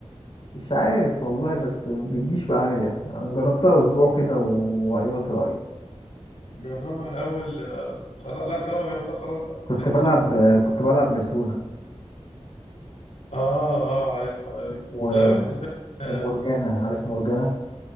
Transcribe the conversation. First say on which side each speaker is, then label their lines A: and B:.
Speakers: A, on the left; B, on the left.
A: مش عارف والله بس ما بتجيش معايا انا جربتها اسبوع كده وغيرت رأيي
B: جربها الاول آه، خلاص لا طالما جربتها خلاص بقى
A: كنت
B: يعني
A: بلعب كنت بلعب بسونا
B: <laughs> اه اه عارف عارف
A: و-
B: لا بس فعلا آه،
A: ومورجانا عارف مورجانا